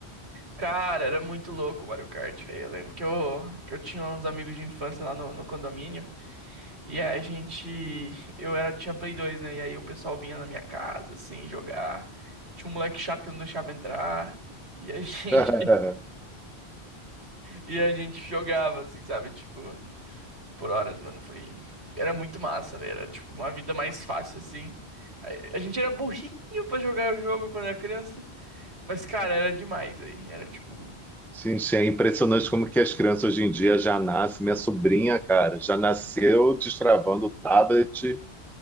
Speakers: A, on the right; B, in the centre.
A: cara, era muito louco o Mario Kart. velho. Eu lembro que eu, que eu tinha uns amigos de infância lá no, no condomínio. E aí a gente. Eu era, tinha Play dois né? E aí o pessoal vinha na minha casa, assim, jogar. Tinha um moleque chato que não deixava entrar. E a <laughs> gente
B: <laughs>
A: E a gente jogava, assim, sabe? Tipo, por horas, mano. Foi. Era muito massa, velho. Era, tipo, uma vida mais fácil, assim. A, a gente era burrinho pra jogar o jogo quando era criança. Mas, cara, era demais aí. Era, tipo.
B: Sim, sim, é impressionante como que as crianças hoje em dia já nascem. Minha sobrinha, cara, já nasceu destravando o tablet